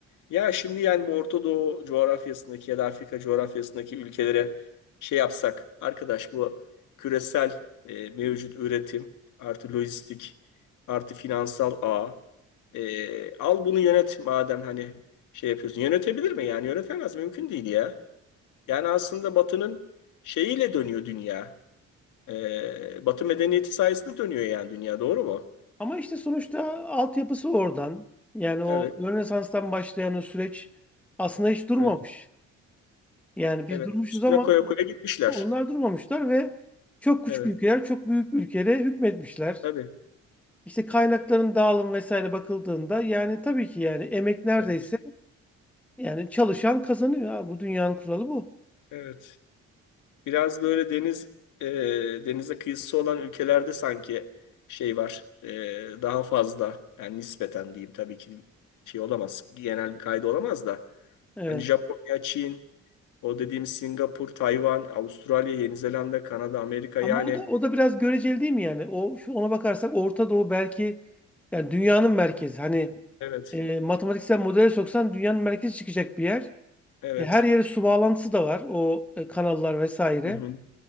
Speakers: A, on the left (about 85°); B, in the centre.
A: ya şimdi yani bu Orta Doğu coğrafyasındaki ya da Afrika coğrafyasındaki ülkelere şey yapsak arkadaş bu küresel e, mevcut üretim artı lojistik artı finansal ağ e, al bunu yönet madem hani şey yapıyorsun. Yönetebilir mi yani? Yönetemez mümkün değil ya. Yani aslında Batı'nın şeyiyle dönüyor dünya. Ee, Batı medeniyeti sayesinde dönüyor yani dünya. Doğru mu?
B: ama işte sonuçta altyapısı oradan. Yani o
A: Evet,
B: Rönesans'tan başlayan o süreç aslında hiç durmamış.
A: evet,
B: Yani biz
A: evet.
B: durmuşuz
A: Üstüne
B: ama
A: koya koya gitmişler.
B: Onlar durmamışlar ve çok küçük
A: Evet,
B: ülkeler çok büyük ülkelere hükmetmişler.
A: tabii.
B: İşte kaynakların dağılım vesaire bakıldığında yani tabii ki yani emek neredeyse
A: Evet,
B: yani çalışan kazanıyor. Ha, bu dünyanın kuralı bu.
A: evet. Biraz böyle deniz e, denize kıyısı olan ülkelerde sanki şey var. e, daha fazla yani nispeten diyeyim tabii ki şey olamaz. Genel bir kaydı olamaz da.
B: Evet.
A: Hani Japonya, Çin, o dediğim Singapur, Tayvan, Avustralya, Yeni Zelanda, Kanada, Amerika
B: Ama
A: yani
B: o da o da biraz göreceli değil mi yani? O şu ona bakarsak Orta Doğu belki yani dünyanın merkezi. Hani
A: Evet.
B: e, matematiksel modele soksan dünyanın merkezi çıkacak bir yer.
A: Evet.
B: E, her yere su bağlantısı da var. O e, kanallar vesaire.
A: Hı hı.